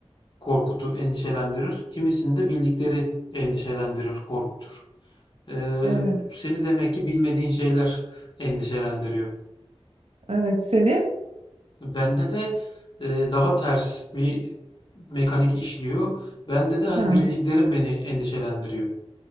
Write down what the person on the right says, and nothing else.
Evet.
Evet seni.
Ha,